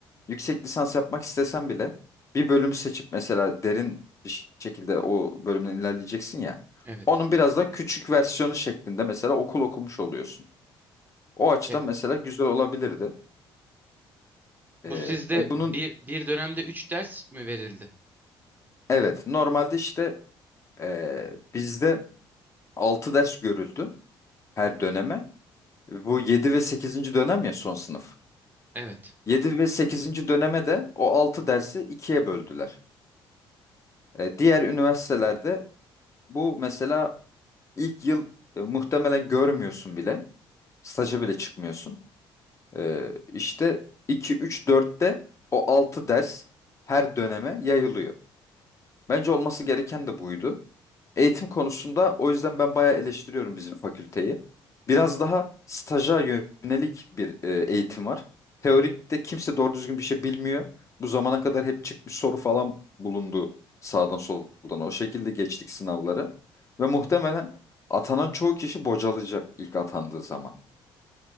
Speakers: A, on the left; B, on the right.
A: yüksek lisans yapmak istesen bile bir bölümü seçip mesela derin bir şekilde o bölümden ilerleyeceksin ya.
B: Evet.
A: Onun biraz da küçük versiyonu şeklinde mesela okul okumuş oluyorsun. O açıdan
B: E,
A: mesela güzel olabilirdi.
B: bu
A: Ee,
B: sizde
A: e bunun
B: bir, bir dönemde 3 ders mi verildi?
A: evet normalde işte e, bizde 6 ders görüldü her döneme. Bu 7 ve sekizinci dönem ya son sınıf.
B: Evet.
A: yedi ve sekizinci döneme de o 6 dersi ikiye böldüler. E, diğer üniversitelerde bu mesela İlk yıl e, muhtemelen görmüyorsun bile. Staja bile çıkmıyorsun. E, işte 2, 3, 4'te o 6 ders her döneme yayılıyor. Bence olması gereken de buydu. Eğitim konusunda o yüzden ben bayağı eleştiriyorum bizim fakülteyi. Biraz daha staja yönelik bir e, eğitim var. Teorikte kimse doğru düzgün bir şey bilmiyor. Bu zamana kadar hep çıkmış soru falan bulundu sağdan soldan. O şekilde geçtik sınavları. Ve muhtemelen atanan çoğu kişi bocalayacak ilk atandığı zaman.